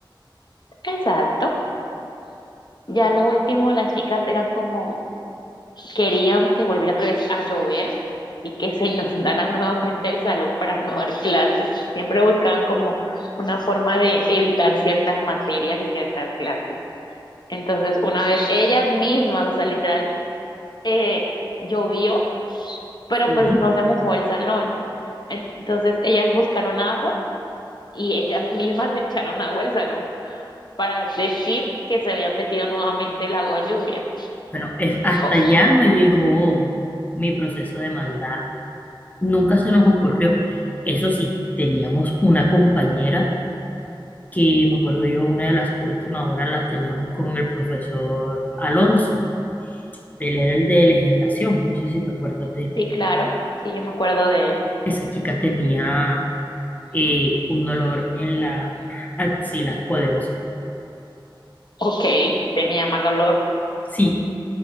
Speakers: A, on the left (about 60°); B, on the left (about 20°).
A: Exacto. Ya lo último, las chicas eran como, querían que volviera otra vez a llover y que se inundara <laughs> nuevamente el salón para no dar clases. Siempre buscaban como una forma de evitar ciertas materias y ciertas clases. Entonces, una vez ellas mismas, o sea, literal, eh, llovió, pero
B: Sí.
A: pues no se mojó el salón. Entonces, ellas buscaron agua y ellas mismas <laughs> le echaron agua al salón para decir que se habían metido nuevamente el agua lluvia.
B: Bueno, es, hasta
A: Oh,
B: allá no llegó mi proceso de maldad. Nunca se nos ocurrió. Eso sí, teníamos una compañera que, me acuerdo yo, una de las últimas horas las teníamos con el profesor Alonso. Él era el de legislación. No sé si te acuerdas de él.
A: sí, claro, sí, yo me acuerdo de él.
B: Esa chica tenía eh, un dolor en las axilas poderosas.
A: Ok, tenía mal olor.
B: Sí,